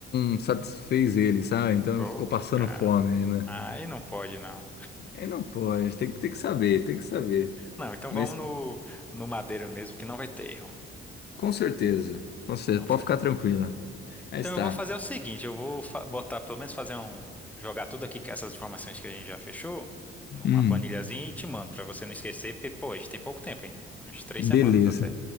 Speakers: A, on the left; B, in the centre.
A: não satisfez ele, sabe? Então
B: Ô,
A: ficou passando
B: cara.
A: fome né?
B: Aí não pode, não.
A: Aí não pode, tem, que- tem que saber, tem que saber.
B: Não, então
A: Mas
B: vamos no, no madeiro mesmo, que não vai ter erro.
A: com certeza, com certeza,
B: Então,
A: pode ficar tranquila. Aí
B: Então
A: está.
B: eu vou fazer o seguinte, eu vou fa- botar, pelo menos fazer um, jogar tudo aqui, que essas informações que a gente já fechou, numa
A: Hum,
B: planilhazinha e te mando, pra você não esquecer, porque, pô, a gente tem pouco tempo, ainda, umas três
A: beleza,
B: semanas até.